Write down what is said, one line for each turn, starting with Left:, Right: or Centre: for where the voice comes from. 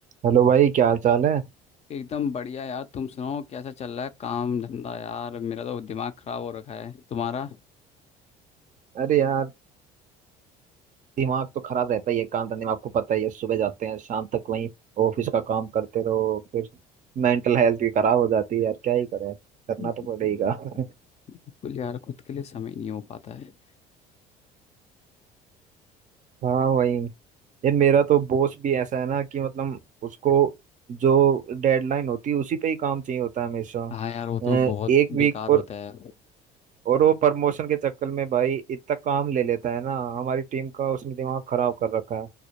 Right: हेलो भाई क्या हाल चाल है
Left: एकदम बढ़िया यार तुम सुनाओ कैसा चल रहा है काम धंधा यार मेरा तो दिमाग खराब हो रखा है तुम्हारा
Right: अरे यार दिमाग तो खराब रहता ही है काम धंधे में आपको पता ही है सुबह जाते हैं शाम तक वहीं ऑफिस का काम करते रहो फिर मेंटल हेल्थ भी खराब हो जाती है यार क्या ही करें करना
Left: बिल्कुल
Right: तो पड़ेगा <laughs>
Left: यार खुद के लिए समय नहीं हो पाता है
Right: हाँ वही यार मेरा तो बॉस भी ऐसा है ना कि मतलब उसको जो डेडलाइन होती है उसी पे ही काम चाहिए होता है हमेशा
Left: हाँ यार वो
Right: अ,
Left: तो बहुत
Right: एक वीक
Left: बेकार
Right: और
Left: होता है
Right: और वो प्रमोशन के चक्कर में भाई इतना काम ले लेता है ना हमारी टीम का उसने दिमाग खराब कर रखा है